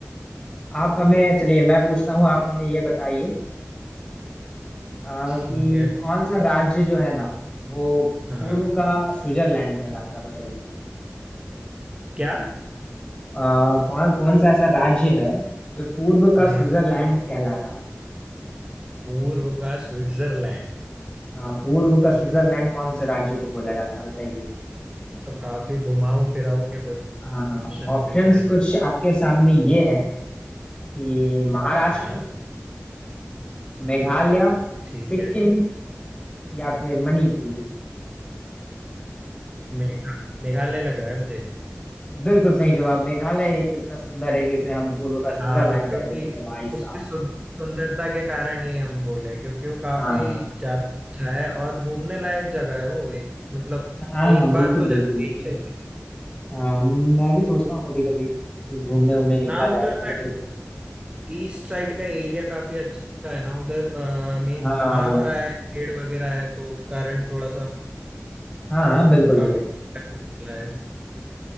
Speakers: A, on the left (about 20°); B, on the right (about 20°).
A: आप हमें चलिए मैं पूछता हूँ आप हमें ये बताइए आ,
B: ठीक
A: कि
B: है
A: कौन सा राज्य जो है ना वो
B: हाँ
A: पूर्व का स्विट्जरलैंड कहलाता है बताइए
B: क्या
A: आ, कौन कौन सा ऐसा राज्य है जो पूर्व का
B: हाँ
A: स्विट्जरलैंड कहलाता
B: पूर्व का स्विट्जरलैंड
A: हाँ पूर्व का स्विट्जरलैंड
B: ये
A: कौन से राज्य को बोला जाता है बताइए
B: तो काफी घुमाऊ फिराऊ के
A: हाँ
B: क्वेश्चन
A: ऑप्शंस
B: पूछा है
A: कुछ आपके सामने ये है कि महाराष्ट्र
B: हाँ
A: मेघालय
B: ठीक
A: सिक्किम
B: है
A: या फिर मणिपुर
B: मेघा मेघालय लग रहा है मुझे
A: बिल्कुल सही जवाब मेघालय ये तो इतना सुंदर है कि उसे हम पूर्व का
B: हाँ
A: स्विट्जरलैंड
B: क्योंकि
A: कह देते हैं भाई साहब
B: उसकी सु, सुंदरता के कारण ही हम बोले हैं, क्योंकि वो काफी
A: हाँ
B: ज्यादा अच्छा है और घूमने लायक जगह है वो एक मतलब
A: हाँ हाँ,
B: एक
A: बिल्कुल
B: बार तो
A: बिल्कुल
B: जाना ही चाहिए
A: हाँ मैं भी सोचता हूँ कभी कभी कि घूमने घूमने निकला
B: हाँ
A: जाए
B: उधर
A: कभी
B: से
A: ट्रिप पे
B: ईस्ट साइड का एरिया काफी अच्छा है ना उधर मीन्स
A: हाँ
B: हरा भरा है पेड़ वगैरह है तो उस कारण थोड़ा सा
A: हाँ हाँ बिल्कुल
B: काफी
A: बिल्कुल
B: घूमने लायक